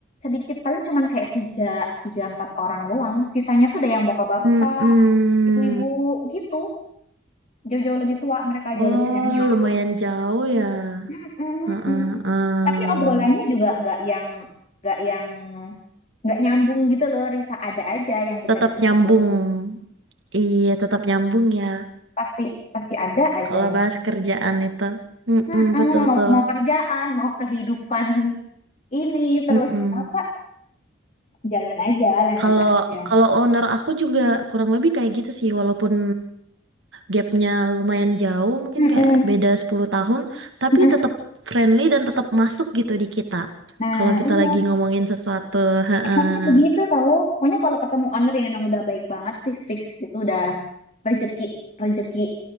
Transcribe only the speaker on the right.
Mm-mm.
Oh,
lumayan jauh ya.
Heeh,
heeh.
Tetap
nyambung.
Iya, tetap nyambung ya.
Kalau
bahas kerjaan itu, mm
betul-betul.
Mm-mm.
Kalau
kalau owner aku juga kurang lebih kayak gitu sih, walaupun gapnya lumayan jauh, mungkin
kayak beda 10 tahun, tapi
tetap friendly dan tetap masuk gitu di kita.
Kalau kita
lagi ngomongin sesuatu, heeh.